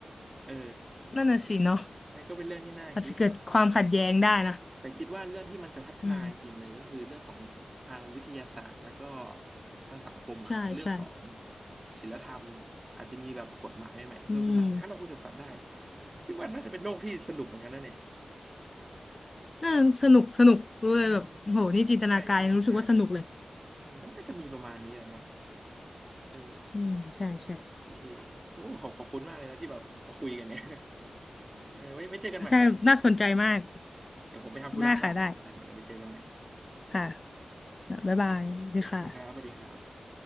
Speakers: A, on the right; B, on the left.
A: เออ
B: นั่นน่ะสิเนาะ
A: นั่นก็เป็นเรื่องที่น่าคิด
B: อาจจะเกิดความขัดแย้งได้นะ
A: แต่คิดว่าเรื่องที่มันจะพัฒนาจริงๆเลยก็คือเรื่องของทางวิทยาศาสตร์แล้วก็
B: อืม
A: ทางสังคมอ่ะเรื่องของ
B: ใช่ใช่
A: ศีลธรรมอาจจะมีแบบกฎหมายใหม่ๆเพิ่มขึ้นมานะถ้าเราคุยกับสัตว์ได้
B: อืม
A: คิดว่าน่าจะเป็นโลกที่สนุกเหมือนกันนะเนี่ย
B: น่าสนุกสนุกรู้เลยแบบโหนี่จินตนาการยังรู้สึกว่าสนุกเลย
A: อืมใช่ใช่ใช่อืมก็น่าจะมีประมาณนี้แหละเนาะเออ
B: อืมใช่ใช่
A: โอเคโอ้ขอบขอบคุณมากเลยนะที่แบบมาคุยกันเนี่ยเออไว้ไว้เจอกันใหม่นะ
B: ใช่น่าสนใจมาก
A: เดี๋ยวผมไปทำธุระก่อนอ่ะเดี๋ยวเดี๋ยวไปเจอกันใหม่
B: ได้ค่ะได้ค่ะบ๊ายบายดีค่ะ
A: สวัสดีครับสวัสดีครับ